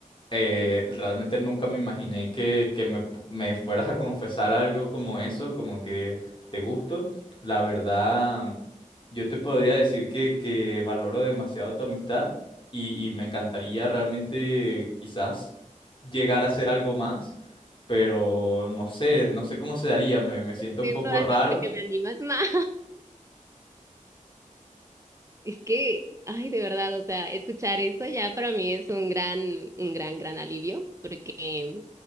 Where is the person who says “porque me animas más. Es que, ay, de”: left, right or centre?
Right